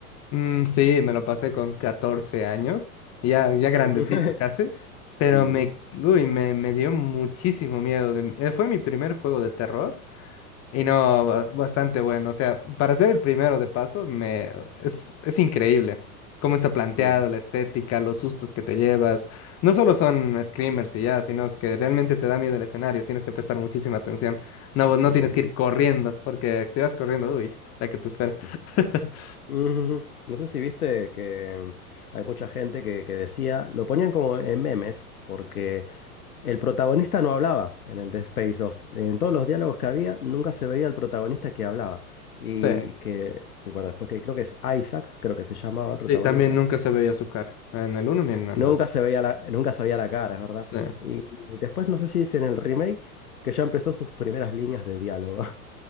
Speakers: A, on the left; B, on the left.
A: Mm, sí, me lo pasé con 14 años, ya, ya grandecito
B: <laughs>
A: casi, pero
B: Ujú,
A: me, uy, me, me dio muchísimo miedo. de- eh, fue mi primer juego de terror Y no, ba- bastante bueno. O sea, para ser el primero de paso, me es, es increíble cómo está planteado,
B: ujú,
A: la estética, los sustos que te llevas. No solo son screamers y ya, sino es que realmente
B: ujú,
A: te da miedo el escenario. Tienes que prestar muchísima atención. No, vos no
B: ujú,
A: tienes que ir corriendo, porque si vas corriendo, uy, la que te espera.
B: ujú.
A: <laughs>
B: Ujú. No sé si viste que hay mucha gente que, que decía, lo ponían como en memes, porque el protagonista no hablaba en el Dead Space 2. En todos los diálogos que había, nunca se veía el protagonista que hablaba. Y
A: Sí,
B: que, y bueno, después que creo que es Isaac, creo que se llamaba
A: sí,
B: el protagonista,
A: también nunca se veía su cara, en el uno ni en el
B: nunca
A: dos
B: se veía la, nunca se veía la cara, es verdad.
A: Sí,
B: Y después no sé si es en el remake que ya empezó sus primeras líneas de diálogo. <laughs>